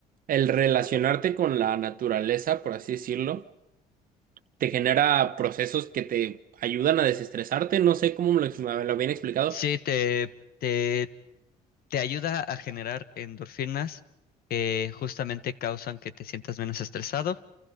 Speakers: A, on the right (about 55°); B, on the left (about 60°).
A: el relacionarte con la naturaleza, por así decirlo, te genera procesos que te ayudan a desestresarte, no sé cómo me lo, me lo habían explicado.
B: Sí, te, te te ayuda a generar endorfinas que justamente causan que te sientas menos estresado